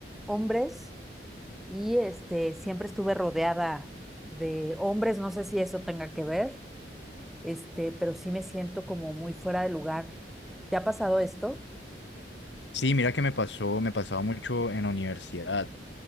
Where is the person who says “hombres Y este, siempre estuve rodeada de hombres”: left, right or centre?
Centre